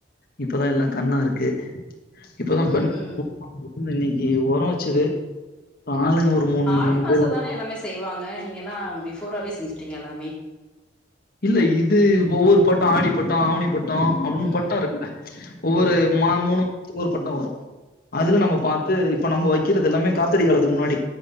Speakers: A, on the left (about 55°); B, in the centre.
A: இப்பதா எல்லா கண்ணாருக்கு இப்பதா <inaudible>
B: ம் ம்
A: இந்த இன்னக்கி ஒரொ வச்சது அப்றொ ஆளுங்க ஒரு
B: ஆடி மாச
A: பேர்.
B: தானே எல்லாமே செய்வாங்க நீங்கென்னா பிஃபோராவே செஞ்சுட்டீங்க எல்லாமே
A: இல்ல இது ஒவ்வொரு பட்டொ ஆடி பட்டொ ஆவனி பட் பட்டொ அப்டின்னு
B: ம்
A: பட்டொ இருக்குங்க ஒவ்வொரு மா
B: ம்
A: மூனு மாசத்துக்கு ஒரு பட்டொ வரு அதுல நம்ம பாத்து இப்ப நம்ப வக்கிறது எல்லாமே காத்தரி காலத்துக்கு முன்னாடி